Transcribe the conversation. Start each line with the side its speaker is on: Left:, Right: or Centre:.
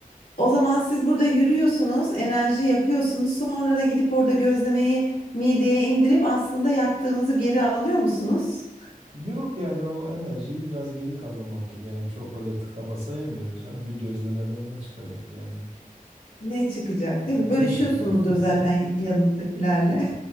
Left: o zaman siz burada yürüyorsunuz, enerji yakıyorsunuz. Sonra da gidip orada gözlemeyi mideye indirip aslında yaktığınızı geri alıyor musunuz?
Right: Yok yani o enerjiyi biraz geri kazanmak gibi. Yani çok öyle tıka basa yemiyoruz canım. Bir gözlemeden ne çıkacak yani?
Left: Ne çıkacak, değil
Right: Değil
Left: mi? Bölüşüyorsunuzdur
Right: mi? <laughs>
Left: zaten yanınızdakilerle.